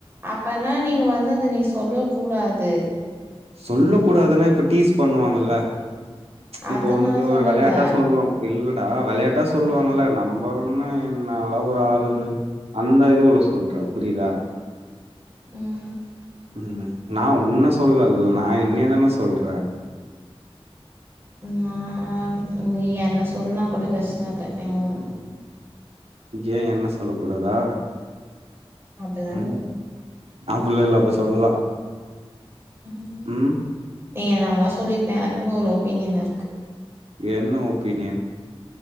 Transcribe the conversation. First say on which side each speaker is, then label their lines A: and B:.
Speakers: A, on the right; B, on the right.
A: அப்பனா நீங்க வந்து அத நீ சொல்லக்கூடாது
B: சொல்லக்கூடாதனா இப்ப டீஸ் பண்ணுவாங்கல்ல
A: அத
B: இப்போ வந்து
A: நான் சொல்லல
B: ஒரு வெளையாட்டா சொல்லுவாங் இல்லடா வெளையாட்டா சொல்லுவாங்கல்ல
A: ந
B: நம்மன்னு என்ன அவளா ஒரு ஆளுன்னு அந்த இது உள்ள சொல்றே புரிதா
A: ம்
B: ம் நா உன்ன சொல்லல நா என்னயதான சொல்றே
A: நா நீ என்ன சொல்லுனா கூட பிரச்ன இல்ல ம்
B: ஏ என்ன சொல்ல கூடாதா
A: அப்படிலாம்
B: ம்
A: இல்ல
B: அப்டிலா இல்ல அப்ப சொல்லலா
A: ம்ஹூம்
B: ம்
A: நீ என்னவேணா சொல்லிக்க எனக்குன்னு ஒரு ஒப்பீனியன் இருக்கு
B: என்ன ஒப்பீனியன்